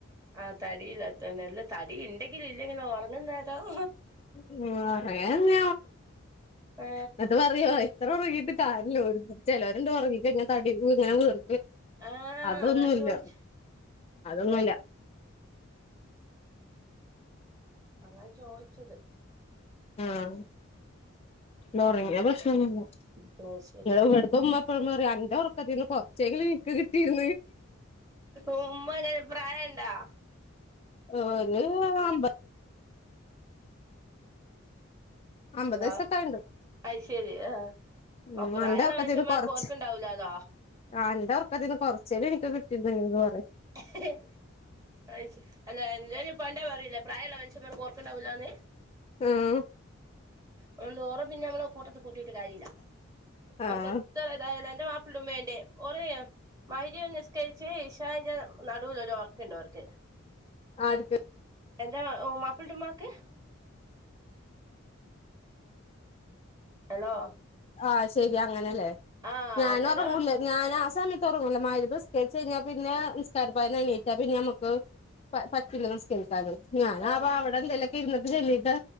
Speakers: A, on the right; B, on the left.
A: ആഹ് തടിയില്ലാത്തന്നെ അല്ല തടി ഉണ്ടെങ്കിലും ഇല്ലെങ്കിലും ഒറങ്ങുന്നെരം
B: ഉം അറന്ന
A: ഏ
B: അ <unintelligible> അറിയോ എത്ര ഒറങ്ങിയിട്ട് കാര്യല്ല ഒരു ചെലൊരുണ്ട് ഒറങ്ങി കയ്ഞ്ഞാല് തടി കൂടി ഇങ്ങനെ വീർ
A: ആ
B: അതൊന്നുല്ല
A: അതാ ചോയിച്ചെ
B: അതൊന്നുമല്ല
A: അങ്ങാനെ ചോദിച്ചത്
B: ആഹ് നോറങ്ങിയ പ്രശ്നൊന്നുല്ല
A: അത് ശരി
B: ഇവിട്ത്ത ഉമ്മ ഇപ്പ റിയും അൻ്റെ ഒറക്കത്തീന്ന് കൊറച്ചെങ്കിലും ക്ക് കിട്ടിയിരു
A: ഉമ്മഎങ്ങനെ പ്രായണ്ടോ?
B: ഒര് അമ്പത് അമ്പത്
A: ഹലോ
B: വയസൊക്കെ ആയിണ്ട്.
A: അത് ശരി ആ
B: ഉം
A: ആ പ്രായള്ള
B: അന്റെ ഒറക്കത്തീന്ന്
A: മനുഷ്യന്മാർക്ക്
B: കൊർച്ച്
A: ഓർക്കുണ്ടാവൂലാലോ അത്
B: ആഹ് അന്റെഒർകത്തീന്ന് കൊർചെങ്കിലും എനിക്ക് കിട്ടിയിരുന്നെൽ പറിയിം
A: അഹ്ശെരി അല്ല എല്ലാരും പ്പാന്റെ പറയില്ല പ്രായള്ള മനുഷ്യൻമാർക്ക് ഒർകണ്ടാവൂലന്ന്
B: ഉം
A: അതൊണ്ട് ഓറെപിന്നെ ഞമ്മള് കൂട്ടത്ത് കൂട്ടിയിട്ട് കാര്യല്ല്യാ
B: ആഹ്
A: ഓർക്ക് ത് ഏതായാലും അന്റെമാപ്ലന്റെ ഉമ്മന്റെ ഓർ മഗ്‌രിബ് നിസ്കരിച്ച് ഇഷാഹ്ന്റെ ന്നടൂലൊരു ഒർക്ക്ണ്ട് ഓർക്ക്.
B: ആര്ക്ക്
A: എനന്റെ ഓഹ് മാപ്ലാന്റെഉമ്മാക്ക് ഹെലോ
B: ആഹ് ശെരിഅങ്ങനെല്ലേഞാന്
A: ആഹ് അന്നേരം
B: ഒർങ്ങൂലേ ഞാനാ സമയത്ത്ഒർങ്ങൂല മഗ്‌രിബ് നിസ്‌ക്കരിച്ച്കഴിഞ്ഞാ പിന്നെനിസ്‌ക്കരപയീന്ന് എണീറ്റാ പിന്നെ അമ്മക്ക് പ പറ്റില്ല നിസ്കരിക്കാന് ഞാനാപ്പ
A: ആഹ്
B: അവടെ എന്തേലൊക്കെഇര്ന്നിട്ട് ചെല്ലിട്ട്